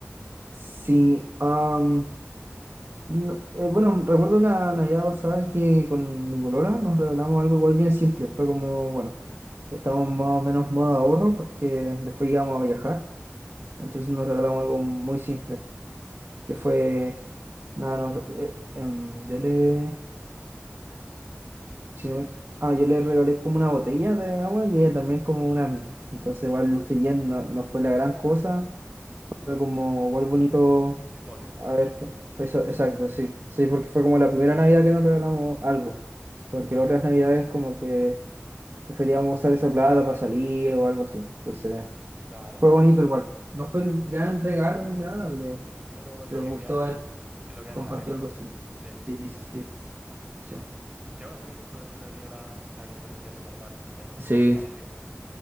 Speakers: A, on the right; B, on the right.
A: Sí, am, no- eh, bueno, recuerdo la Navidad pasada que con mi polola nos regalamos algo igual bien simple. Fue como, bueno, estábamos más o menos modo ahorro porque después íbamos a viajar.
B: Ujú,
A: Entonces nos regalamos algo muy simple, que fue, nada, nos- eh, em, yo le... si no me equi- ah, yo le regalé como una botella de agua y ella también como una. a mí. Entonces, igual, si bien no, no fue la gran cosa, fue como igual bonito.
B: sim- simbólico,
A: A ver, co- eso, exacto, sí. Sí, porque fue como la primera Navidad que nos regalamos algo. Porque
B: obviamente.
A: las otras Navidades, como que preferíamos usar esa plata para salir o algo así. Entonces,
B: Claro,
A: fue
B: te
A: bonito igual.
B: entiendo.
A: No fue el gran regalo ni nada, pero,
B: Pero es
A: pero
B: lo que
A: me gustó
B: queda,
A: haber
B: es lo que vale
A: compartido
B: la pena.
A: algo así.
B: Sí,
A: Sí, sí,
B: sí,
A: sí.
B: qué bueno. Qué bueno, Jim, tú has tenido la, la conversa y recordar que se hace
A: Sí.
B: para la fiesta.